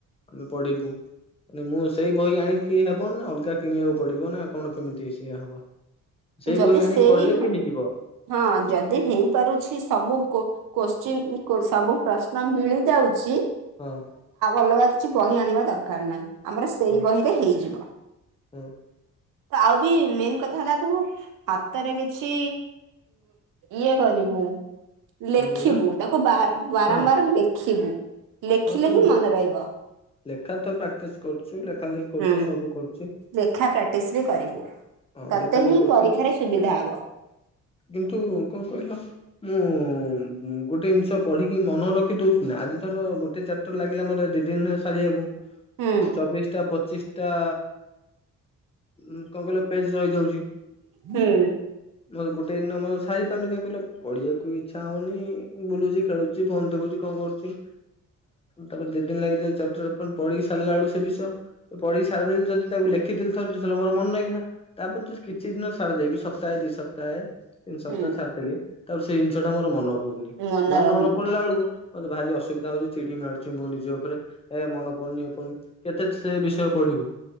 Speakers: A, on the left (about 20°); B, on the right (about 85°).
A: ଆମେ ପଢିବୁ। ନାନ ମୁଁ ସେଇ ବହି ଆଣିକି ହବ ନା ଅଲଗା କିଣିବାକୁ ପଡିବ ନା କଣ କେମିତି ସେଏ ହବ? ସେଇ
B: ଯଦି
A: ବହି ଆଣିକି
B: ସେଇ
A: ପଢିଲେ ବି ହେଇଯିବ?
B: ହଁ ଯଦି ହେଇପାରୁଛି ସବୁଙ୍କୁ କୋଶ୍ଚିନ୍ ସବୁ ପ୍ରଶ୍ନ ମିଳି ଯାଉଛି?
A: ହଁ।
B: ଅଲଗା କିଛି ବହି ଆଣିବା ଦରକାର ନାହିଁ ଆମର ସେଇ
A: ହଁ
B: ବହିରେ ହେଇଯିବ।
A: ହଁ
B: ଆଉ ବି ମେନ୍ କଥା ହେଲା ତବୁ ହାତରେ କିଛି ଇଏ କରିବୁ ଲେଖିବୁ
A: କଣ କହିଲ
B: ତାକୁ ବାର ବାରମ୍ବାର
A: ହଁ
B: ଲେଖିବୁ ଲେଖିଲେ
A: ହଁ ତ
B: ହିଁ ମନେ ରହିବ।
A: ଲେଖା ତ ପ୍ରାକ୍ଟିସ କରୁଛି ଲେଖା ଲେଖି କରୁଛୁ
B: ହୁଁ
A: ସବୁ କରୁଛି
B: ଲେଖା ପ୍ରାକ୍ଟିସ ବି କରିବୁ
A: ହଁ
B: ତତେ
A: ଲେଖା ଲେଖି
B: ହିଁ
A: କରୁଛି
B: ପରୀକ୍ଷାରେ ସୁବିଧା ହବ।
A: କିନ୍ତୁ କଣ କହିଲ ମୁଁ ଗୋଟେ ଜିନିଷ ପଢ଼ିକି ମନ ରଖି ଦେଉଛନ୍ତି ଆଜି ଥର ଗୋଟେ ଚାପ୍ଟର ଲାଗିଲା ମତେ ଦୁଇ ଦିନ ସାରିବାକୁ
B: ହୁଁ
A: ଚବିଶଟା ପଚିଶ ଟା କଣ କହିଲେ ପେଜ ରହିଯାଉଛି
B: ହୁଁ
A: ମୋତେ ଗୋଟେ ଦିନ ମର ସାରି ପାରୁନ କାହିଁ କିଲ ପିବାକୁ ଇଛା ହଉନି ବୁଲୁଛି ଖେଳୁଛି ଫୋନ ଦେଖୁଛି କଣ କରୁଛି। ତାପରେ ଦି ଦିନ ଲାଗିଯ ଚପଟର ପଢିକି ସାରିଲା ବଳୁ ସେ ବିଷୟ ପଢି ସାରିଦଲି ଯଦି ତାକୁ ଲେଖିଥିଲଥ ଯେତେଲେ ମୋ ମନ ନେଇଇିଥିଲା। ତାପରେ ତ କିଛି ଦିନ ଛାଡ଼ିଦେବି ସପ୍ତାହେ ଦି ସପ୍ତାହେ। ତିନି ସପ୍ତାହ
B: ହୁଁ
A: ଛାଡିଦେଲି ତାପରେ ସେଇ ଜିନିଷ ଟା ମୋର ମନ ପଡଉୁନି
B: ମନେ
A: ମନ
B: ରହୁନି
A: ନ ପଡିଲା ବେଳକୁ ମୋତେ ଭାରି ଅସୁବିଧା ହଉଛି ଚିଡିି ମାରୁଛି ମୁଁ ନିଜ ଉପରେ ଏ ମନ ପଡୁନି ଏ ପଡୁନି କେତେ ସେ ବିଷୟ ପଢିବୁ।